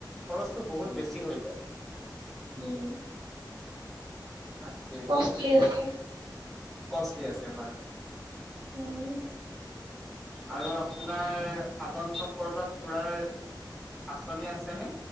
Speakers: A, in the centre; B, on the right (about 70°).
A: খৰচটো বহুত
B: উম
A: বেছি হয়
B: উম,
A: তাকে
B: কষ্টলি আছে।
A: কষ্টলি আছে হয়।
B: উম
A: আৰু আপোনাৰ আগন্ত পৰদাত ফুৰাৰ আঁচনি আছে নে,